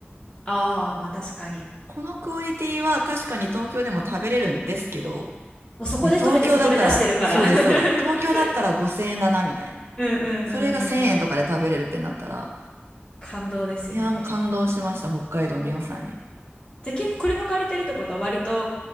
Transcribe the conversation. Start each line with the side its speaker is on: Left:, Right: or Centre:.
Left: ああ、まあ確かに。
Right: このクオリティは確かに東京でも食べれるんですけど、
Left: もうそこで取れてそこで出してるから。
Right: いや、東京だったら、そうです、
Left: <laughs>
Right: そうです。東京だったら5000円だな、みたいな。
Left: うんうんうんうんうん。
Right: それが1000円とかで食べれるってなったら、
Left: 感動ですよね。
Right: いやーもう感動しました、北海道の良さに。
Left: じゃあ結構車借りてるってことは割と、